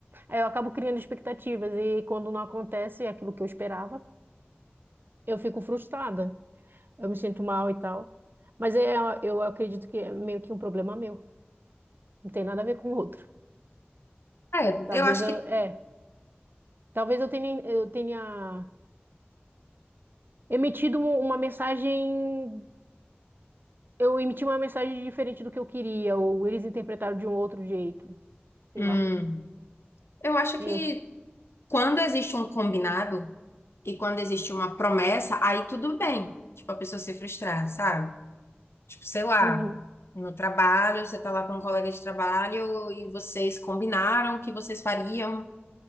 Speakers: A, on the right; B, on the left.
A: Aí eu acabo criando expectativas e quando não acontece aquilo que eu esperava, eu fico frustrada. Eu me sinto mal e tal. Mas é, eu acredito que é meio que um problema meu. Não tem nada a ver com o outro.
B: É,
A: Talvez
B: eu acho
A: eu,
B: que,
A: é, talvez eu tenha, eu tenha emitido uma uma mensagem, eu emiti uma mensagem diferente do que eu queria, ou eles interpretaram de um outro jeito, sei
B: hum,
A: lá.
B: eu acho
A: Eu,
B: que quando existe um combinado e quando existe uma promessa, aí tudo bem. Tipo, a pessoa se frustrar, sabe? Tipo, sei lá,
A: uhum,
B: no trabalho, você tá lá com um colega de trabalho e vocês combinaram que vocês fariam,